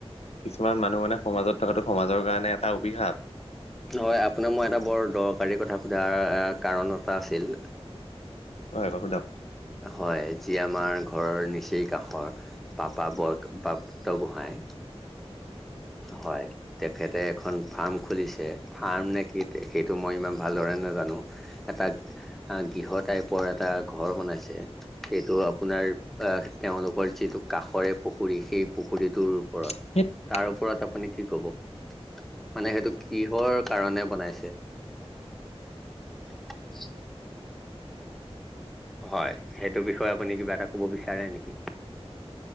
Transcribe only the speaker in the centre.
হয়, আপোনাক মই এটা বৰ দৰকাৰী কথা সোধাৰ কাৰণ এটা আছিল।
হয় যি আমাৰ ঘৰৰ নিচেই কাষৰ। পাপা বত, প্ৰাপ্ত গোহাঁই হয়। তেখেতে এখন ফাৰ্ম খুলিছে, ফাৰ্মনে কি সেইটো মই ইমান ভালদৰে নাজানোঁ। এটা গৃহ টাইপৰ এটা ঘৰ বনাইছে। সেইটো আপোনাৰ অহ, তেওঁলোকৰ যিটো কাষৰে পুখুৰী সেই পুখুৰীটোৰ ওপৰত।
তাৰ ওপৰত আপুনি কি কব। মানে সেইটো কিহৰ কাৰণে বনাইছে? <unintelligible> হয় সেইটো বিষয়ে আপুনি কিবা এটা ক'ব বিচাৰে নেকি?